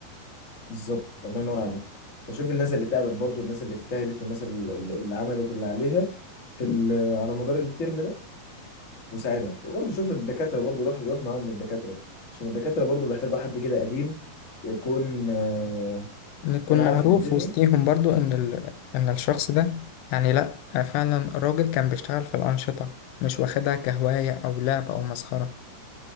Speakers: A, on the left (about 30°); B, on the left (about 80°).
A: بالظبط الله ينور عليك بشوف الناس اللي تعبت برضو الناس اللي اجتهدت والناس اللي, اللي اللي عملت اللي عليها في ال- على مدار الترم ده وساعدها وبرضه شوف الدكاترة برضه روح روح معاهم الدكاترة عشان الدكاترة برضه بيحتاجوا حد كده قديم يكون آه،
B: نكون
A: يكون عارف
B: معروف
A: الدنيا
B: وسطيهم برضو ان ال... ان الشخص ده يعني لا فعلا راجل كان بيشتغل في الأنشطة مش واخدها كهواية او لعب او مسخرة